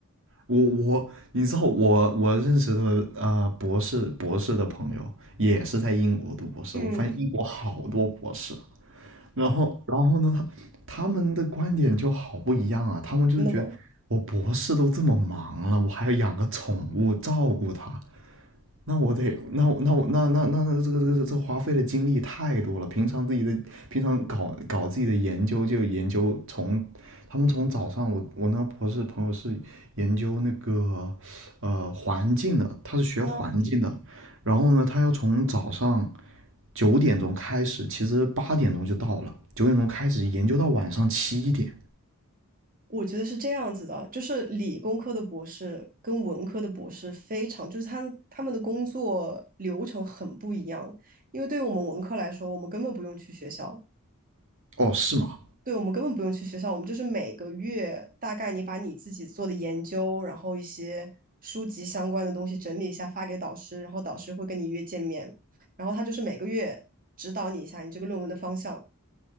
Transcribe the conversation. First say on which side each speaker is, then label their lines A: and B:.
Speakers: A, on the right; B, on the right.
A: 我我，你知道我我认识的呃博士博士的朋友也是在英国读博士，
B: 嗯，
A: 我发现英国好多博士，然后然后呢，他们的观点就好不一样啊，他们就是觉得我博士都这么忙了，
B: 真的吗？
A: 我还要养个宠物照顾它，那我得，那我那我那那那那这个这个这个花费的精力太多了。平常自己的平常搞搞自己的研究，就研究从他们从早上我我那个博士朋友是研究那个呃环境的，他是学环境的，
B: 啊，
A: 然后呢，他要从早上九点钟开始，其实八点钟就到了，九点钟开始研究到晚上七点。
B: 我觉得是这样子的，就是理工科的博士跟文科的博士非常，就是他他们的工作流程很不一样。因为对于我们文科来说，我们根本不用去学校，
A: 哦，是吗？
B: 对我们根本不用去学校，我们就是每个月大概你把你自己做的研究，然后一些书籍相关的东西整理一下发给导师，然后导师会跟你约见面，然后他就是每个月指导你一下你这个论文的方向。